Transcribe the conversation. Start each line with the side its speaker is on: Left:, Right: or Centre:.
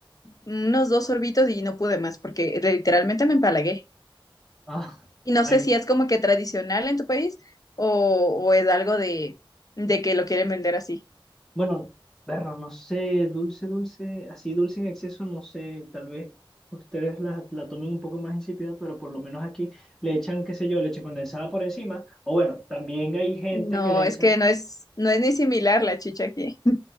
Left: unos dos sorbitos y no pude más, porque literalmente me empalagué.
Centre: Ah,
Left: Y no
Centre: ay.
Left: sé si es como que tradicional en tu país o, o es algo de, de que lo quieren vender así.
Centre: Bueno, perro, no sé, dulce, dulce, así dulce en exceso, no sé, tal vez ustedes la, la tomen un poco más insípida, pero por lo menos aquí le echan, qué sé yo, leche condensada por encima. O bueno, también hay gente
Left: No,
Centre: que le
Left: es
Centre: echa.
Left: que no es, no es ni similar la chicha aquí.